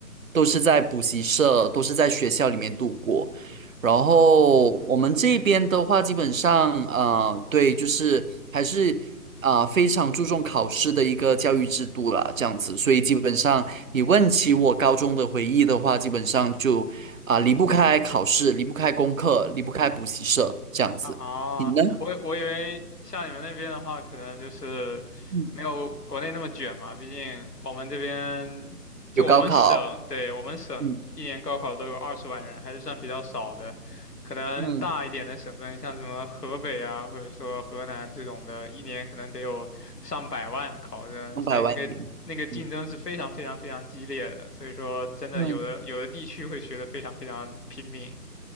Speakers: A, on the right; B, on the left.
A: 都是在补习社，都是在学校里面度过。然后我们这边的话，
B: 啊
A: 基本上啊、呃对，就是还是啊、非常注重考试的一个教育制度啦，这样子。所以基本上，你问起我高中的回忆的话，基本上就啊、离不开考试，离不开功课，离不开补习社这样子。
B: 啊，
A: 你呢？
B: 我我以为像你们那边的话，可能就是没有国内那么卷嘛。
A: 嗯，
B: 毕竟我们这边就我们省，
A: 有高考，
B: 对，我们省一年高考都有二十万人，
A: 嗯
B: 还是算比较少的。可能大一点的省份，
A: 嗯，
B: 像什么河北啊，或者说河南这种的，一年可能得有上百万的考生，
A: 两百万名，
B: 所以那个那个竞争是非常非常非常激烈的。
A: 嗯
B: 所以说，真的有的有的地区会学得非常非常拼命，
A: 嗯，